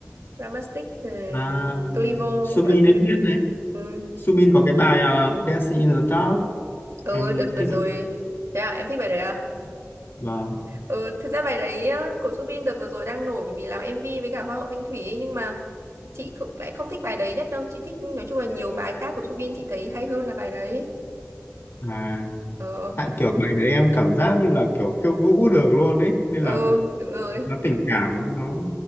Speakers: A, on the right; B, on the left.
A: Ramastic, uh,
B: à,
A: Tulivo,
B: Subin
A: à, tu,
B: em biết đấy.
A: ừ.
B: Subin có cái bài ờ, Dancing in the Dark,
A: Ừ
B: em
A: đợt
B: thích
A: vừa rồi
B: bài đấy.
A: Thế à em thích bài đấy à
B: Vâng.
A: Ừ thực ra bài đấy á, của Subin đợt vừa rồi đang nổi Bởi vì làm MV với cả Hoa hậu Thanh Thủy ấy, Nhưng mà chị không, lại không thích bài đấy nhất đâu Chị thích nói chung là nhiều bài khác của Subin Chị thấy hay hơn là bài đấy
B: À,
A: Ờ
B: tại kiểu bài đấy em cảm giác như là kiểu khiêu vũ được luôn ấy, nên
A: ừ
B: là
A: đúng rồi
B: nó tình cảm nó